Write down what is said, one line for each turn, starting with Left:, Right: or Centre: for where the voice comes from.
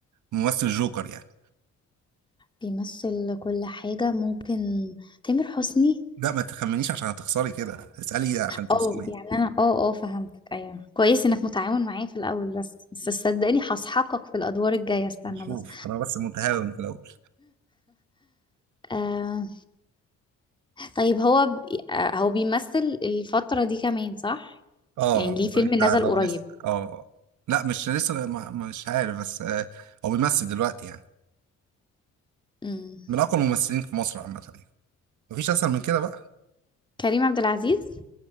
Right: ممثل جوكر يعني
Left: بيمثل كل حاجة ممكن تامر حسني
Right: لا ما تخمنيش عشان هتخسري كده اسالي عشان تخسري
Left: اه يعني انا اه اه فهمتك ايوه كويس انك متعاون معايا في الاول بس بس صدقني هسحقك في الادوار الجاية استنى
Right: نشوف
Left: بس
Right: انا بس متهاون في الاول
Left: آه. طيب هو بي... آه، هو بيمثل الفترة دي كمان صح؟
Right: اه
Left: يعني ليه فيلم
Right: لسه
Left: نزل
Right: اه
Left: قريب
Right: لسه اه آه. لا مش لسه ما- مش عارف بس آه، هو بيمثل دلوقتي يعني
Left: امم
Right: من اقوى الممثلين في مصر عامه يعني مفيش اسهل من كده بقى
Left: كريم عبد العزيز